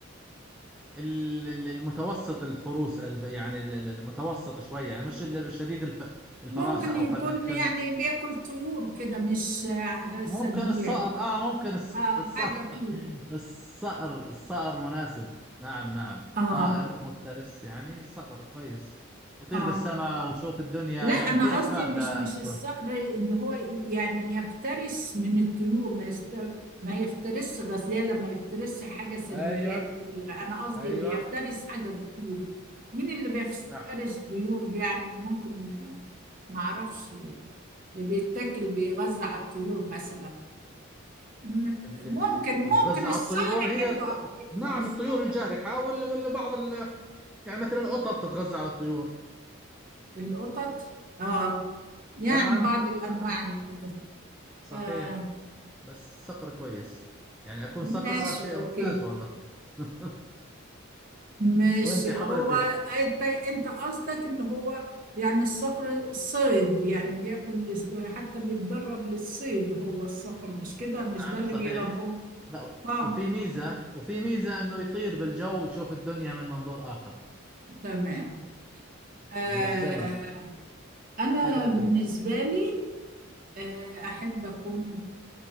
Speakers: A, in the centre; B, on the right.
A: ال- ال- المتوسط الفروس الف- يعني ال- ال- المتوسط شوي يعني مش ال- الشديد الف- الفراسة
B: ممكن
A: أو
B: يكون
A: خلينا نتكلم
B: يعني بياكل طيور كده مش آه،
A: ممكن
B: ثدييات
A: الصقر اه ممكن الص-
B: اه
A: الصقر
B: حاجة طيور
A: <laughs> الصقر الصقر مناسب نعم نعم
B: اه
A: طائر مفترس يعني صقر كويس وطير
B: اه
A: بالسماء وشوف الدنيا
B: لا
A: يعني
B: انا
A: في اسباب
B: قصدي مش
A: لا
B: مش الصقر
A: تكون.
B: اللي هو يعني يفترس من الطيور ما يست... ما يفترسش غزاله ما يفترسش حاجه ثدييات
A: ايوه
B: كبيره انا قصدي
A: ايوه
B: اللي يفترس حاجه الطيور مين اللي بيفترس
A: نعم
B: طيور يعني ممكن ما اعرفش اللي بيتاكل بيغذى على الطيور مثلا م-
A: اللي
B: ممكن
A: بي... بيتغذى
B: ممكن الصقر
A: على الطيور هي
B: حلو
A: الص-
B: على فكره
A: نعم
B: الصقر
A: الطيور الجارحة ولا ولا بعض ال... يعني مثلا القطط تتغذى على الطيور
B: القطط اه يعني
A: نعم
B: بعض الانواع
A: نعم
B: القطط
A: صحيح
B: آه
A: بس صقر كويس يعني اكون صقر
B: ماشي
A: آه شيء
B: اوكي
A: ممتاز والله <laughs>
B: ماشي
A: وانت حضرتك
B: هو انت انت قصدك اللي هو يعني الصقر الصيد يعني بياكل لس- حتى بيتدرب للصيد هو الصقر مش كده مش
A: نعم
B: ده اللي
A: صحيح
B: بيربوه
A: لا
B: اه
A: وفي ميزة وفي ميزة انه يطير بالجو ويشوف الدنيا من منظور اخر
B: تمام آه
A: من السماء
B: انا
A: حضرتك
B: بالنسبة لي آه احب اكون